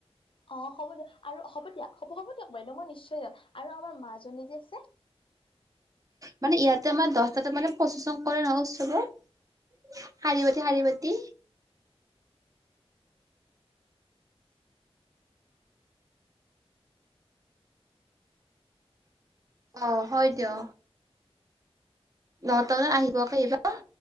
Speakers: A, on the left; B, on the right.
A: অ হ'ব দিয়া আৰু হ'ব দিয়া হ'ব হ'ব দিয়ক বাইদেউ মই নিশ্চয় যাম আৰু আমাৰ মাজী যে আছে।
B: মানে ইয়াতে আমাৰ দহটাাত মানে পচেচন কৰে নহ উৎসৱৰ শাৰী বতি, শাৰী বাতি অ' হয় দিয়। নহট বানাত আহিব আকৌ এইবাৰ